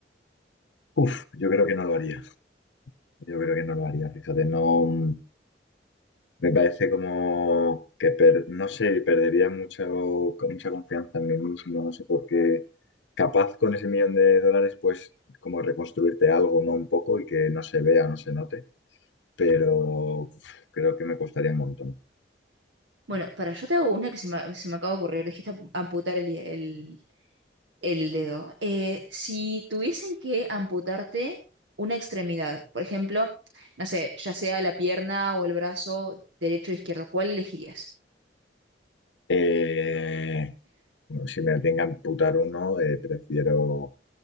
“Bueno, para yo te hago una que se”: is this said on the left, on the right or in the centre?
Right